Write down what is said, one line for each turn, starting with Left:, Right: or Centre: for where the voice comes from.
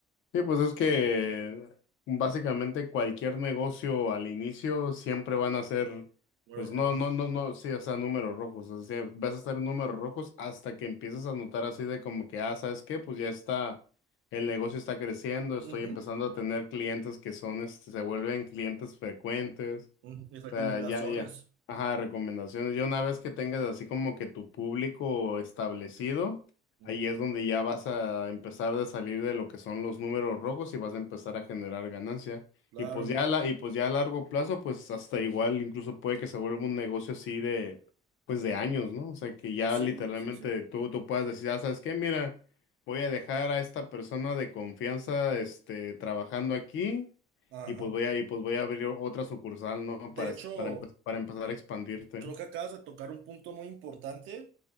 Left: Sí, pues es que básicamente cualquier negocio al inicio siempre van a ser,
Right: Números
Left: pues
Right: rojos.
Left: no, no, no, no, sí, o sea, números rojos, o sea, vas a estar en números rojos hasta que empiezas a notar así de como que, ah, ¿sabes qué? Pues ya está, el negocio está creciendo, estoy
Right: Ujú,
Left: empezando a tener clientes que son, este, se vuelven clientes frecuentes.
Right: ujú, Mis recomendaciones.
Left: O sea, ya, ya. Ajá, recomendaciones. Ya una vez que tengas así como que tu público establecido,
Right: Ujú,
Left: ahí es donde ya vas a empezar a salir de lo que son los números rojos y vas a empezar a generar ganancia.
Right: Claro.
Left: Y pues ya a la, y pues ya a largo plazo, pues hasta igual, incluso puede que se vuelva un negocio así de, pues de años, ¿no? O sea, que ya
Right: Sí,
Left: literalmente
Right: sí, sí.
Left: tú, tú puedas decir, ah, ¿sabes qué? Mira, voy a dejar a esta persona de confianza, este, trabajando aquí
Right: Ajá.
Left: y pues voy a, y pues voy a abrir otra sucursal, ¿no?
Right: De
Left: Para,
Right: hecho,
Left: est- para, empe- para empezar a expandirte.
Right: creo que acabas de tocar un punto muy importante